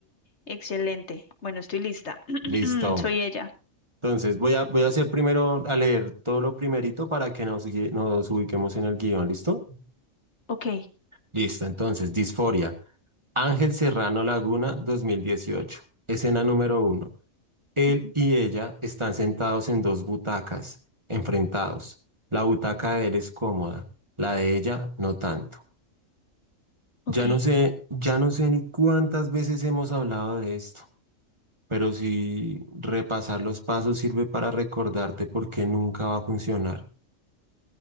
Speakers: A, on the left; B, on the right.
A: excelente. Bueno, estoy lista. <clears throat>
B: Listo.
A: Soy ella.
B: Entonces voy a, voy a hacer primero, a leer todo lo primerito para que nos, gui- nos ubiquemos en el guión. ¿Listo?
A: Ok.
B: Listo. Entonces, Disforia. Ángel Serrano Laguna, 2018. Escena número uno. Él
A: ujú,
B: y ella están sentados en dos butacas, enfrentados. La butaca de él es cómoda, la de ella no tanto.
A: Ok.
B: Ya no sé, ya no sé ni cuántas veces hemos hablado de esto. pero si repasar los pasos sirve para recordarte por qué nunca va a funcionar.